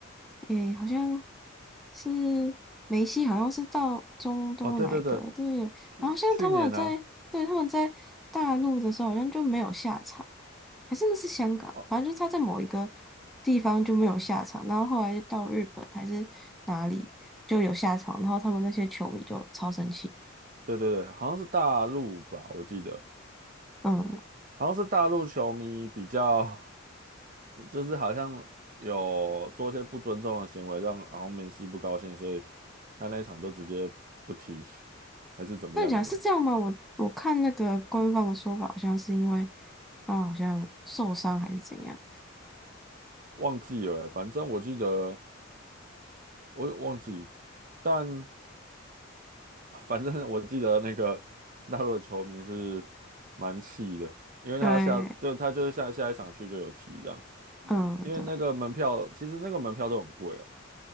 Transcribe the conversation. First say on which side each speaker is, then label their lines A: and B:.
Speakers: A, in the centre; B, on the right.
A: 诶，好像是梅西，好像是到中东来的，
B: 哦，对对对，
A: 对不对？
B: 去去年啊，
A: 然后像他们在，对，他们在大陆的时候，好像就没有下场，还真的是香港，
B: 哦，
A: 反正就是他在某一个地方就没有下场，然后后来就到日本还是哪里就有下场，然后他们那些球迷就超生气。
B: 对对对，好像是大陆吧，我记得
A: 嗯，
B: 好像是大陆球迷比较，<laughs> 就是好像有做一些不尊重的行为，让然后梅西不高兴，所以他那一场就直接不踢，还是怎么样的，
A: 那你讲是这样吗？我我看那个官方的说法，好像是因为他们好像受伤还是怎样。
B: 忘记了欸，反正我记得。我有忘记，但反正我记得那个大陆的球迷是蛮气的，因为他下就他就是下下一场去就有提这样，
A: 对，嗯，
B: 因为那个门票其实那个门票都很贵啊，
A: 对。